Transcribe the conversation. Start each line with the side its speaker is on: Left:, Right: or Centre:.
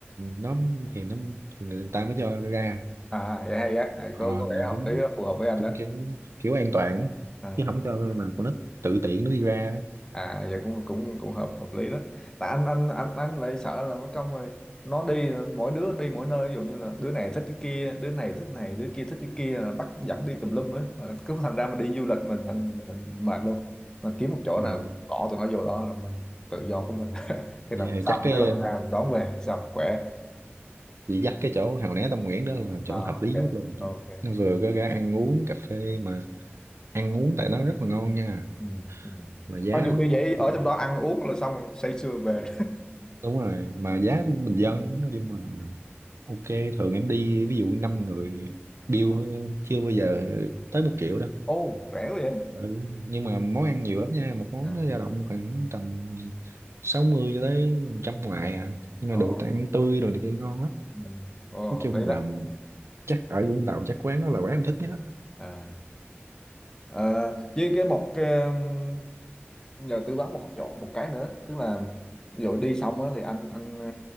Right: nó thì nó thì người ta mới cho ra
Left: à vậy hay á À,
Right: Ờ,
Left: có có vẻ
Right: mà
Left: hợp
Right: cũng
Left: lý đó, phù hợp với anh
Right: cũng
Left: đó
Right: kiểu, kiểu an toàn á.
Left: à
Right: chứ không cho mà con nít tự tiện nó đi ra
Left: à giờ cũng cũng cũng hợp hợp lý đó tại anh anh anh anh lại sợ là mất công rồi nó đi mỗi đứa đi mỗi nơi ví dụ như là đứa này thích cái kia đứa này thích này đứa kia thích cái kia là bắt dẫn đi tùm lum á Mà cứ thành ra mình đi du lịch mình thành mình thành mệt luôn mình kiếm một chỗ
Right: Ờ,
Left: nào cỏ tụi nó vô đó là mình tự do của mình <laughs> khi
Right: vậy
Left: nào mình
Right: thì
Left: xong
Right: chắc cái
Left: cái là mình ra mình đón về xong khỏe
Right: chị dắt cái chỗ Hào Né Tâm Nguyễn đó là chỗ
Left: à,
Right: hợp
Left: ok
Right: lý nhất luôn
Left: ok
Right: nó vừa có ra ăn uống cà phê mà ăn uống tại nó rất là ngon nha
Left: ừ, ừ.
Right: mà giá
Left: Có nhiều khi vậy
Right: nó cũng-
Left: ở trong đó ăn uống là xong rồi say sưa về
Right: đúng rồi mà
Left: <laughs> à.
Right: giá cũng bình dân nói chung là ok thường em đi ví dụ năm người bill chưa bao giờ tới một triệu đâu
Left: ô rẻ quá vậy
Right: ừ. nhưng mà món ăn nhiều lắm nha một món
Left: à.
Right: nó dao động khoảng tầm 60 cho tới trăm ngoài à nhưng
Left: ờ.
Right: mà đồ ăn tươi rồi này kia ngon á
Left: Ừ. Ồ,
Right: nói
Left: hợp
Right: chung
Left: lý đó
Right: là chắc ở Vũng Tàu chắc quán đó là quán em thích nhất á
Left: à, à với cái một cái, um, nhờ tư vấn một cái chỗ một cái nữa tức là ví dụ đi xong á thì anh anh ờ,